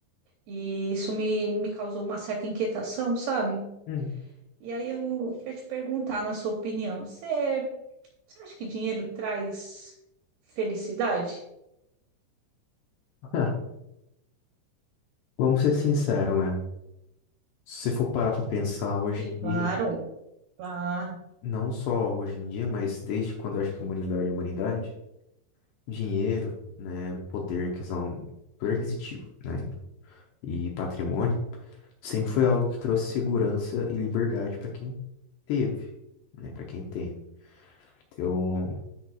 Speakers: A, on the right (about 75°); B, on the left (about 75°).
A: e isso me, me causou uma certa inquietação, sabe?
B: Hum. <laughs>
A: E aí eu queria te perguntar, na sua opinião, você, você acha que dinheiro traz felicidade?
B: Ah, Vamos ser sinceros, né? Se você for parar pra pensar hoje
A: Sim,
B: em dia,
A: claro. Claro.
B: não só hoje em dia, mas desde quando eu acho que a humanidade é humanidade, dinheiro, né, poder em questão, poder aquisitivo, né, e patrimônio, sempre foi algo que trouxe segurança e liberdade pra quem teve, né, para quem tem. Então,